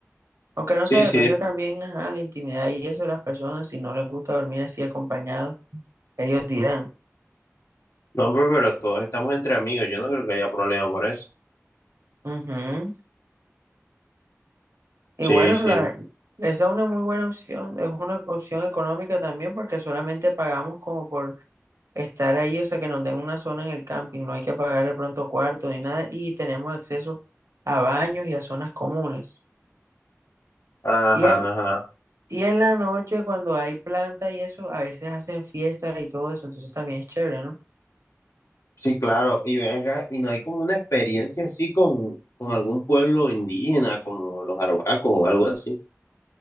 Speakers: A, on the right; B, on the left.
A: Aunque no
B: Sí,
A: se depende
B: sí,
A: también, ajá, la intimidad y eso de las personas, si no les gusta dormir así acompañados, ellos dirán.
B: No, pero, pero todos estamos entre amigos, yo no creo que haya problema por eso.
A: Ujú. Y
B: Sí,
A: bueno,
B: sí,
A: la, esa es una muy buena opción, es una opción económica también porque solamente pagamos como por estar ahí, o sea, que nos den una zona en el camping, no hay que pagar de pronto cuarto ni nada y tenemos acceso a baños y a zonas comunes.
B: ajá,
A: Y en
B: ajá.
A: Y en la noche, cuando hay planta y eso, a veces hacen fiestas y todo eso, entonces también es chévere, ¿no?
B: Sí, claro, y ven acá, y no hay como una experiencia así con, con algún pueblo indígena, como los arhuacos o algo así.